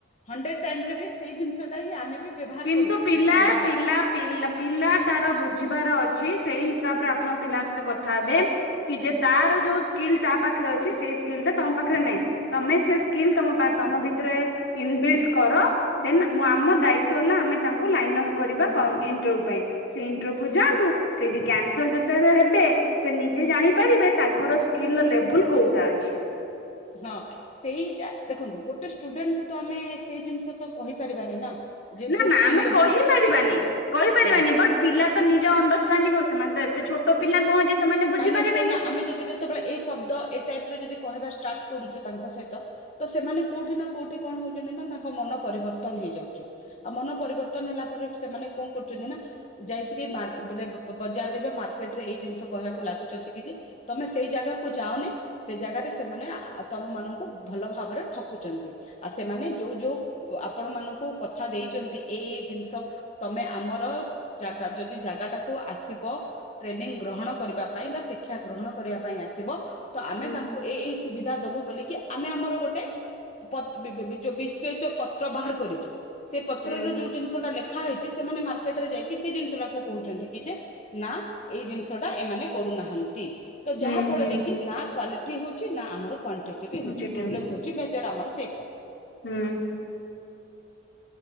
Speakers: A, on the left; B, on the left.
A: ହଣ୍ଡେଡ୍ ଟାଇମରେ ବି ସେଇ ଜିନିଷଟା ହିଁ ଆମେ ବି ବ୍ୟବହାର
B: କିନ୍ତୁ
A: କରୁ
B: ପିଲା
A: ସେଇ ଶବ୍ଦ
B: ପିଲା
A: ଟା
B: ପିଲା ପିଲା ତାର ବୁଝିବାର ଅଛି ସେଇ ହିସାବରେ ଆପଣଙ୍କ ପିଲାଙ୍କ ସହିତ କଥା ହେବେ କି ଯେ ତାର ଯୋଉ ସ୍କିଲ୍ ତା ପାଖରେ ଅଛି ସେଇ ସ୍କିଲଟା ତମ ପାଖରେ ନାଇଁ। ତମେ ସେ ସ୍କିଲ୍ ତମ ପା ତମ ଭିତରେ ଇନବିଲ୍ଡ କର ଦେନ୍ ମୁଁ ଆମ ଦାୟି ତ୍ୱ ନା ଆମେ ତାଙ୍କୁ ଲାଇନଅଫ୍ କରିବା କମ୍ ଇଣ୍ଟରୋ ପାଇଁ। ସେ ଇଣ୍ଟରଭୁ ଯାଆନ୍ତୁ ସେଇଠି କ୍ୟାନସଲ୍ ଯେତେବେଳେ ହେବେ ସେ ନିଜେ ଜାଣିପାରିବେ ତାଙ୍କର ସ୍କିଲର ଲେବୁଲ୍ କୋଉଟା ଅଛି।
A: ହଁ। ସେଇଟା ଦେଖନ୍ତୁ ଗୋଟେ ଷ୍ଟୁଡେଣ୍ଟକୁ ତ ଆମେ ସେଇ ଜିନିଷ ତ କହିପାରିବାନି ନା। ଯେ
B: ନା
A: ତୋ
B: ନା
A: ସ୍କିଲ୍
B: ଆମେ
A: ଲେବୁଲ
B: କହିପାରିବାନି କହିପାରିବାନି
A: ହୁଁ
B: ବଟ୍ ପିଲା ତ ନିଜେ ଅଣ୍ଡରଷ୍ଟାଣ୍ଡିଙ୍ଗ କଁ ସେମାନେ ତ ଏତେ ଛୋଟ ପିଲା ନୁହଁ ଯେ ସେମାନେ ବୁଝିପାରିବେନି।
A: କାହିଁକି ନା ସେ ନା ଆମେ ଯଦି ଯେତେବେଳେ ଏଇ ଶବ୍ଦ ଏ ଟାଇପରେ ଯଦି କହିବା ଷ୍ଟାର୍ଟ କରୁଚୁ ତାଙ୍କ ସହିତ ତ ସେମାନେ କୋଉଠି ନା କୋଉଠି କଣ ହୋଉଚନ୍ତି ନା ତାଙ୍କ ମନ ପରିବର୍ତ୍ତନ ହେଇଯାଉଚି ଆଉ ମନ ପରିବର୍ ର୍ତନ ହେଲା ପରେ ସେମାନେ କଣ କରୁଚନ୍ତି ନା ଯାଇକିରି ମାର୍ ବୋଇଲେ ବ-ବ-ବଜାରରେ ବେ ମାର୍କେଟରେ ଏଇ ଜିନଷ କହିବାକୁ ଲାଗୁଚନ୍ତି କିଛି ତମେ ସେଇ ଜାଗାକୁ ଯାଅନି ସେ ଜାଗାରେ ସେମାନେ ଆ ତମମାନଙ୍କୁ ଭଲ ଭାବରେ ଠକୁଚନ୍ତି ଆଉ ସେମାନେ ଯୋଉ ଯୋଉ ପ ଆପଣମାନଙ୍କୁ କଥା ଦେଇଚନ୍ତି ଏଇ ଏଇ ଜିନଷ ତମେ ଆମର ଜାଗା ଯଦି ଜାଗାଟାକୁ ଆସିବ ଟ୍ରେନିଂ ଗ୍ରହଣ କରିବା ପାଇଁ ବା ଶିକ୍ଷା ଗ୍ରହଣ କରିବା ପାଇଁ ଆସିବ ତ ଆମେ
B: ହୁଁ
A: ତାଙ୍କ୍ ଏଇ ଏଇ ସୁବିଧା ଦୋବୁ ବୋଲିକି ଆମେ ଆମର ଗୋଟେ ପ-ପତ୍ ବି-ବି-ବି ଯୋଉ ବିଶେଚ ପତ୍ର ବାହାର କରିଚୁ ସେଇ ପତ୍ରର
B: ହୁଁ
A: ଯୋଉ ଜିନଷଟା ଲେଖାହେଇଚି ସେମାନେ ମାର୍କେଟରେ ଯାଇକି ସେଇ ଜିନଷଟାକୁ କୋହୁଚନ୍ତି କି ଯେ ନା ଏଇ ଜିନଷ ଟା ଏମାନେ କରୁନାହାନ୍ତି ତ
B: ହୁଁ
A: ଯାହା ଫଳରେ
B: ହୁଁ
A: କି ନା କ୍ଵାଲିଟି ହୋଉଚି ନା ଆମର କ୍ୱାଣ୍ଟି ଟିଟି
B: ଏଟିଟ୍ୟୁଡ
A: ହୋଉଚି ପ୍ରୋବ୍ଲେମ ହୋଉଚି ମେଜାର ଆମର ସେଇଟା।
B: ହୁଁ।